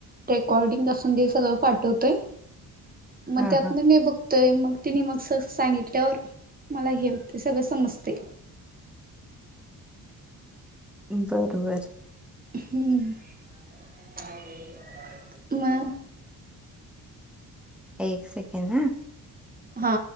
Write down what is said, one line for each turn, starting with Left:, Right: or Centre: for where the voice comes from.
Right: रेकॉर्डिंग असून दे सगळं पाठवतय. मग
Centre: हा
Right: त्यात
Centre: हा
Right: ना मी बघ तोय मग तिने मग स सांगितल्यावर मला हे हुते सगळं समजते.
Centre: बरं बरं.
Right: हम्म. <unintelligible> <inaudible> मग.
Centre: एक सेकेंद हा.
Right: हा.